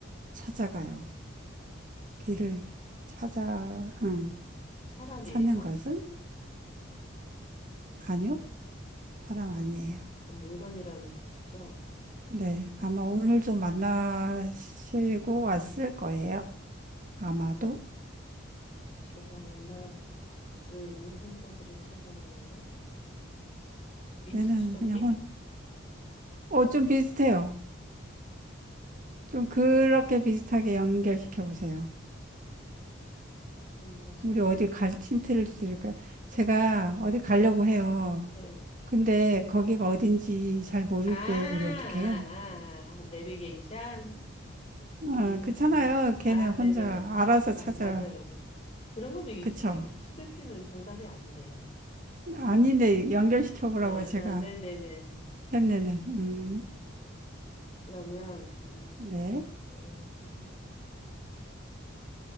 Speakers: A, on the right; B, on the left.
A: 찾아가요. 길을 찾아, 응,
B: 사람이에요.
A: 찾는 것은? 아니요, 사람 아니에요.
B: 어, 그럼 물건이라는 뜻이죠.
A: 네, 아마 오늘도 만나시고 왔을 거예요. 아마도.
B: 제가 만날 수 있는 혼자기를 찾아가는 거. 위치
A: 얘는
B: 추적기?
A: 그냥, 혼- 어, 좀 비슷해요. 좀 그렇게 비슷하게 연결시켜 보세요.
B: 혼자서?
A: 우리 어디 갈, 힌트를 드릴까요? 제가 어디
B: 네.
A: 가려고 해요.
B: 네.
A: 근데 거기가 어딘지 잘 모를
B: 아, 아, 아,
A: 때 우리 어떻게 해요?
B: 아, 내비게이션? 음.
A: 어, 그렇잖아요. 걔는
B: 아,
A: 혼자
B: 네네. 뭐.
A: 알아서
B: 아,
A: 찾아.
B: 맞아, 맞아. 그런 거면 이
A: 그쵸?
B: 치즈, 치즈끼는 정답이 아니네요.
A: 아니네. 연결시켜보라고
B: 아, 아,
A: 제가
B: 네네네.
A: 했는데. 음,
B: 음, 그러면, 음,
A: 네.
B: 뭘 할까요?